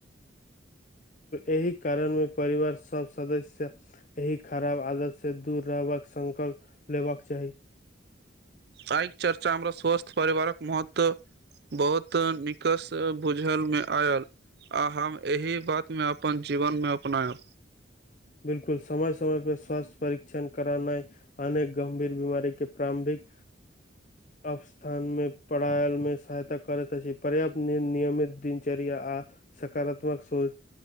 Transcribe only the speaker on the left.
एहि कारण मे परिवार सब सदस्य एहि खराब आदत सँ दूर रहबाक संकल्प लेबाक चाही
बिलकुल समय समय परे स्वास्थ्य परीक्षण करानाइ अनेक गंभीर बीमारी के प्रारंभिक अवसर स्थान में पढ़ायल मे सहायता करैत अछि पर्याप्त नियमित दिनचर्या आ सकारात्मक सोच